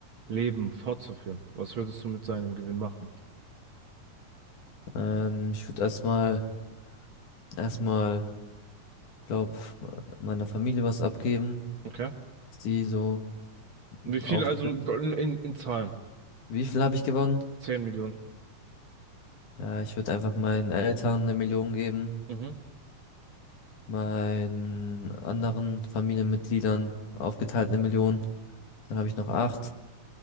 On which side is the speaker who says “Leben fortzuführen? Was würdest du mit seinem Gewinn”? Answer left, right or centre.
Right